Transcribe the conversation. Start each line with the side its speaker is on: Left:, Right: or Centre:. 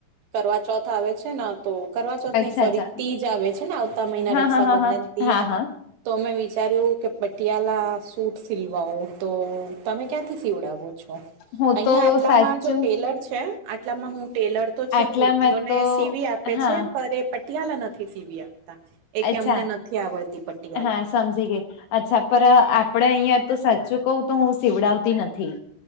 Right: કરવા ચોથ આવે છે ને તો કરવા ચોથ
Left: અચ્છા
Right: ને ફરી
Left: અચ્છા
Right: તીજ આવે છે ને આવતા મહિના
Left: હા
Right: રક્ષાબંધન
Left: હા હા હા
Right: તીજ.
Left: હા હા
Right: તો મેં વિચાર્યું કે પટિયાલા સૂટ સીલવાવો તો તમે ક્યાંથી સીવડાવો છો.
Left: હું
Right: અહિયાં
Left: તો
Right: આટલામાં
Left: સાચું
Right: જો ટેલર છે આટલામાં હું ટેલર તો છે
Left: આટલામાં
Right: કુર્તીઓને
Left: તો
Right: સીવી આપે
Left: હા
Right: છે પણ એ પટિયાલા નથી સીવી આપતા એ કેમ
Left: અચ્છા
Right: અમને નથી આવડતા પટિયાલા
Left: હા સમજી ગય અચ્છા પર આપડે અહિયાં તો સાચું કહું તો હું સીવડાવતી નથી.